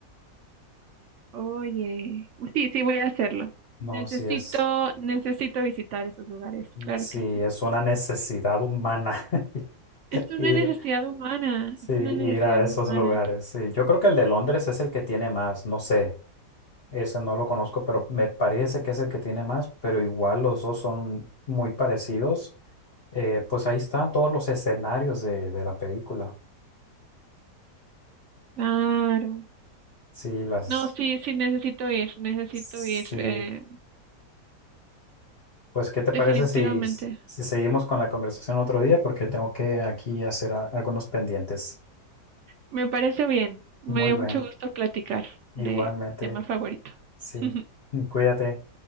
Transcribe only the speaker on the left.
No,
si es,
si
es una necesidad humana <laughs>
ir,
sí,
ir
a esos
lugares. Sí, yo creo que el de Londres es el que tiene más, no sé. Ese no lo conozco, pero me parece que es el que tiene más, pero igual los dos son muy parecidos. Eh, pues ahí están todos los escenarios de, de la película.
Sí, las...
Sí,
pues ¿qué te
parece si, si seguimos con la conversación otro día? Porque tengo que aquí hacer a- algunos pendientes.
Muy
bien,
igualmente,
sí.
Cuídate.